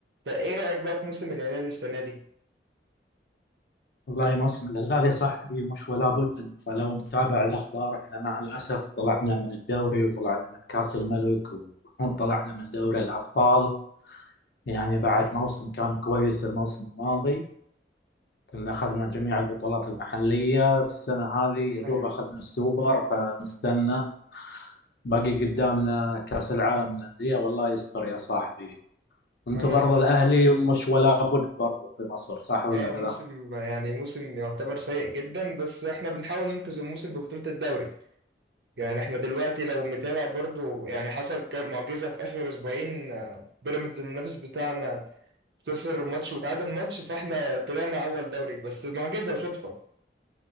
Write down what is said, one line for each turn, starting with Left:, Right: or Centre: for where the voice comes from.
Right: فايه رأيك بقى في موسم الهلال السنة دي؟
Left: والله موسم الهلال يا صاحبي مش ولا بد انت لو متابع الاخبار احنا مع الاسف طلعنا من الدوري وطلعنا من كاس الملك <laughs> وطلعنا من دوري الابطال يعني بعد موسم كان كويس الموسم الماضي كنا اخذنا جميع البطولات المحليه السنه هذه يا دوب
Right: ايوه
Left: اخذنا السوبر فنستنى باقي قدامنا كاس العالم للانديه والله يستر يا صاحبي انتوا
Right: ما انا
Left: برضو الاهلي مش ولا بد برضو في مصر صح ولا
Right: اه
Left: لا؟
Right: موسم يعني موسم يعتبر سيء جدا بس احنا بنحاول ننقذ الموسم ببطولة الدوري يعني احنا دلوقتي لو متابع برضو يعني حصل كام معجزة في اخر اسبوعين آه، بيراميدز المنافس بتاعنا خسر ماتش وتعادل ماتش فاحنا طلعنا اول دوري بس معجزة وصدفة